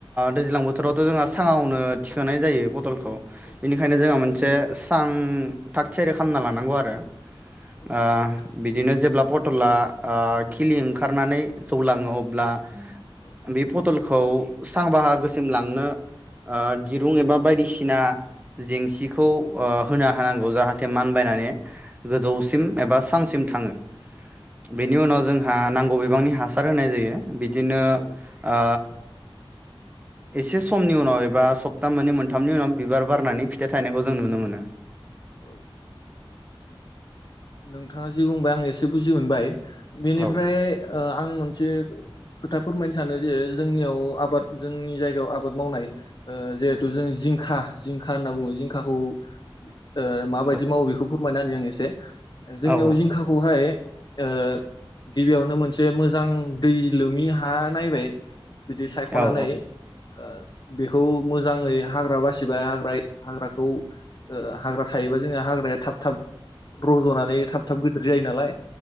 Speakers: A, on the right; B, on the left.
A: दैज्लां बोथोरावथ जोंहा साङावनो थिखोनाय जायो फटलखो खौ
B: औ
A: बेनिखायनो जोंहा मोनस से सां थाग थियारि खालामना लानांगौ आरो।
B: औ
A: ओ
B: नंगौ नोंथां।
A: बिदिनो जेब्ला पटला ओ खिलि ओंखारनानै जौलाङो अब्ला
B: औ
A: बे पथल खौ सां बाहागोसिम लांनो ओ दिरुं एबा बायदिसिना जेंसिखौ ओ होना होनांगौ जाहाथे मानबायनानै गोजौसिम एबा सांसिम थाङो।
B: औ
A: बेनि
B: नंगौ
A: उनाव जोंहा
B: नोंथां
A: नांगौ बिबांनि हासार होनाय जायो। बिदिनो
B: औ
A: ओ एसे समनि उनाव एबा सप्ताह मोननै मोनथामनि उनाव बिबार बारनानै फिथाइ थनायखौ जों नुनो मोनो।
B: औ नोंथाङा जि बुंबाय आं एसे बुजि मोनबाय। बेनिफ्राय
A: औ
B: ओ आं मोनसे खोथा फोरमायनो सानो जे जोंनियाव आबाद जोंनि जायगायाव आबाद मावनाय ओ जिहेथु जों जिंखा जिंखा होनना बुङो जिंखाखौ ओ माबायदि
A: औ
B: मावो बेखौ फोरमायना होनि आंङो। से जोंनियाव
A: औ
B: जिंखाखौहाय ओ गिबियावनो मोनसे मोजां दै लोमि हा नायबाय बिदि सायखनानै
A: औ
B: ओ बेखौ मोजाङै हाग्रा बासिबाय हाग्रा हाग्राखौ ओह हाग्रा थायोबा जोंहा हाग्राया थाब थाब रजनानै थाब थाब गिदिर जायो नालाय।